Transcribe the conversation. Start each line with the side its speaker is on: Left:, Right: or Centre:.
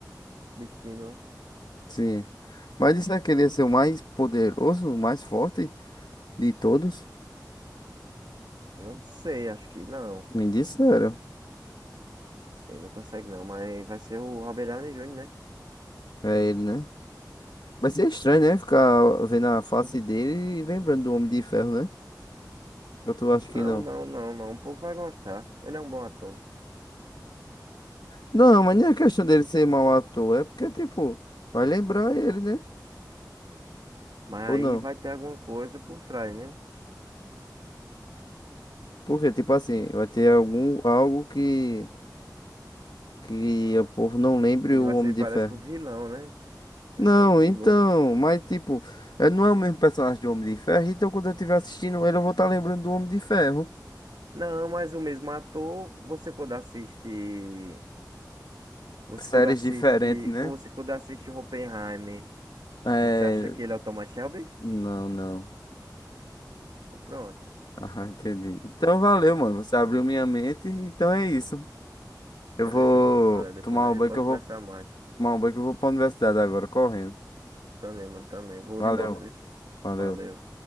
Right: Destino, né?
Left: Sim. Mas disseram que ele ia ser o mais poderoso, o mais forte de todos.
Right: Não sei, acho que não.
Left: Me disseram.
Right: Ele não consegue, não. Mas vai ser o Robert Downey Jr., né?
Left: É ele, né? Vai ser estranho, né? Ficar vendo a face dele e lembrando do Homem de Ferro, né? Eu tô, acho
Right: Não,
Left: que não.
Right: não, não, não. O povo vai gostar. Ele é um bom ator.
Left: Não, mas nem é questão dele ser mau ator. É porque, tipo, vai lembrar ele, né?
Right: Mas aí
Left: Ou não?
Right: vai ter alguma coisa por trás, né?
Left: Porque, tipo assim, vai ter algum, algo que, que o povo não lembre
Right: Ele
Left: o
Right: vai
Left: Homem
Right: ser,
Left: de
Right: parece
Left: Ferro.
Right: que o vilão, né? Vai
Left: Não,
Right: ser o,
Left: então,
Right: o novo.
Left: mas, tipo, ele não é o mesmo personagem do Homem de Ferro. Então, quando eu estiver assistindo ele, eu vou estar lembrando do Homem de Ferro.
Right: Não, mas o mesmo ator, você quando assiste. Você
Left: Séries
Right: quando assiste.
Left: diferentes, né?
Right: Você quando assiste Oppenheimer,
Left: É.
Right: você acha que ele é o Thomas Shelby?
Left: Não, não.
Right: Então, Pronto.
Left: Ah, entendi. Então valeu, mano. Você abriu minha mente, então é isso. Eu
Right: Beleza,
Left: vou
Right: mano. Valeu. Depois
Left: tomar
Right: a
Left: um
Right: gente
Left: banho
Right: pode
Left: que eu
Right: conversar
Left: vou
Right: mais.
Left: tomar um banho que eu vou pra universidade agora, correndo.
Right: Também, mano. Também. Vou
Left: Valeu,
Right: de moto, isso.
Left: valeu.
Right: Valeu.